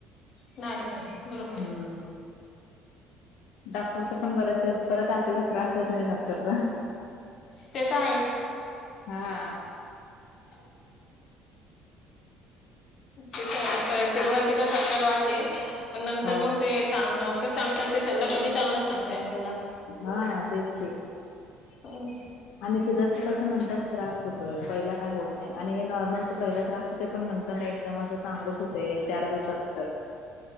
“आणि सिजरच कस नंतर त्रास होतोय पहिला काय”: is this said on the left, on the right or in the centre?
Left